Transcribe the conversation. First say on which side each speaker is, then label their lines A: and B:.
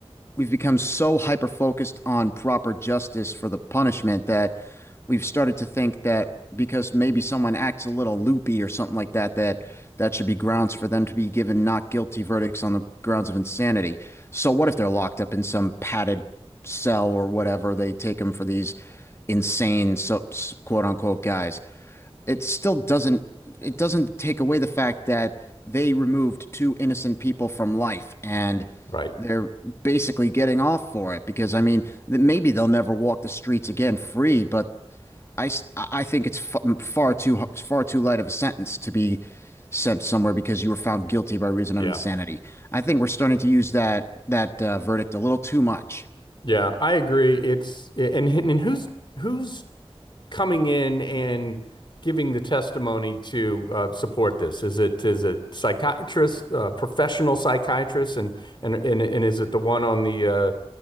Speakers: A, on the left (about 25°); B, on the left (about 50°).
A: we've become so hyper focused on proper justice for the punishment that we've started to think that because maybe someone acts a little loopy or something like that that that should be grounds for them to be given not guilty verdicts on the grounds of insanity. So what if they're locked up in some padded cell or whatever? They take them for these insane so quote unquote guys it still doesn't it doesn't take away the fact that they removed two innocent people from life and
B: right?
A: they're basically getting off for it because I mean maybe they'll never walk the streets again free, but I. I think it's far too far too light of a sentence to be sent somewhere because you were found guilty by reason
B: Yeah.
A: of insanity. I think we're starting to use that that uh, verdict a little too much.
B: Yeah, I agree. It's and and who's who's coming in and giving the testimony to uh, support this? Is it is it psychiatrists, uh, professional psychiatrists, and and and and is it the one on the uh,